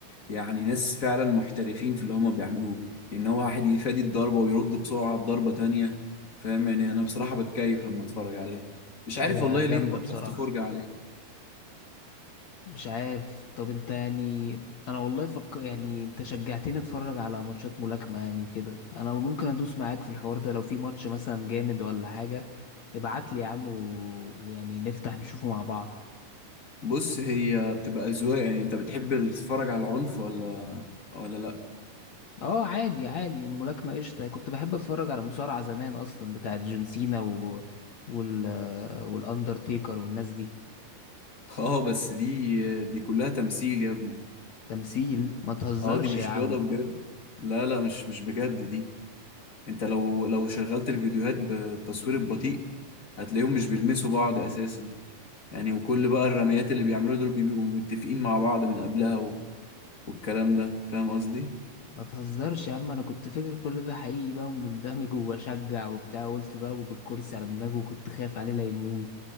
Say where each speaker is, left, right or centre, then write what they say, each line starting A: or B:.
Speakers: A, on the left; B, on the left.
A: يعني ناس فعلا محترفين في اللي هما بيعملوه ان هو واحد يفادي الضربة ويرد بسرعة بضربة تانية فاهم يعني انا بصراحة بتكيف لما اتفرج عليها مش عارف
B: هي
A: والله ليه
B: جامدة
A: وقفت
B: بصراحة
A: فرجة عليها
B: مش عارف طب انت يعني انا والله فك يعني انت شجعتني اتفرج على ماتشات ملاكمة يعني وكده انا ممكن ادوس معاك في الحوار ده لو في ماتش مثلا جامد ولا حاجة ابعت لي يا عم و... ويعني نفتح نشوفه مع بعض
A: بص هي بتبقى أذواق يعني انت بتحب تتفرج على العنف ولا ولا لا
B: اه عادي عادي الملاكمة قشطة كنت بحب اتفرج على مصارعة زمان اصلا بتاعت جون سينا و... وال والاندرتيكر والناس دي
A: <laughs> اه بس دي دي كلها تمثيل يا ابني
B: تمثيل ما تهزرش
A: اه دي مش
B: يا عم
A: رياضة بجد لا لا مش مش بجد دي انت لو لو شغلت الفيديوهات بالتصوير البطيء هتلاقيهم مش بيلمسوا بعض اساسا يعني وكل بقى الرميات اللي بيعملوها دول بيبقوا متفقين مع بعض من قبلها و... والكلام ده فاهم قصدي
B: ما تهزرش يا عم انا كنت فاكر كل ده حقيقي بقى ومندمج وبشجع وبتاع وقلت ضربه بالكرسي على دماغه وكنت خايف عليه لا يموت